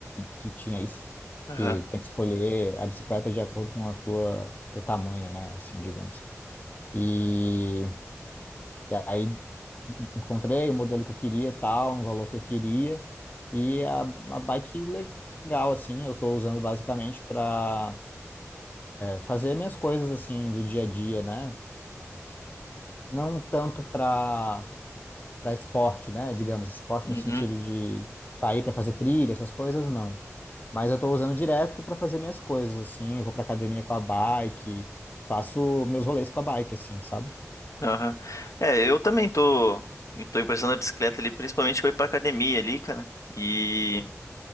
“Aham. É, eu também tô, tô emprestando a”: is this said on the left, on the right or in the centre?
Left